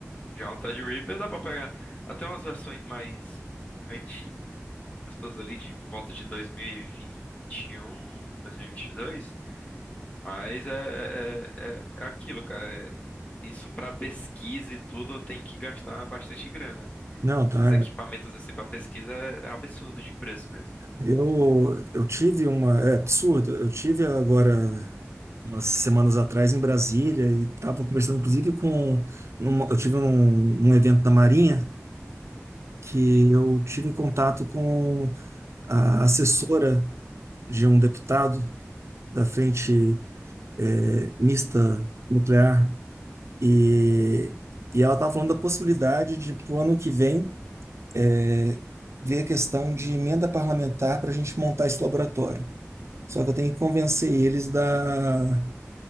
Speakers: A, on the left (about 30°); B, on the right (about 60°).
A: Já um Threadripper dá pra pegar até umas versões mais antigas aspas, ali, de por volta de dois dois mil mil e um, dois mil e vinte um 2021, dois mas é, é, é, é aquilo, cara. é- isso para pesquisa e tudo tem que gastar bastante grana.
B: Não, tá.
A: Esses equipamentos assim para pesquisa é, é absurdo de preço mesmo.
B: Eu, eu tive uma. É absurdo. Eu tive agora, umas semanas atrás, em Brasília, e estava conversando, inclusive, com. uma- eu tive um, um evento da Marinha que
A: Sim.
B: eu tive contato com a assessora de um deputado da Frente, eh, Mista Nuclear E, e ela estava falando da possibilidade de, para o ano que vem, é, ver a questão de emenda parlamentar para a gente montar esse laboratório. Só que eu tenho que convencer eles da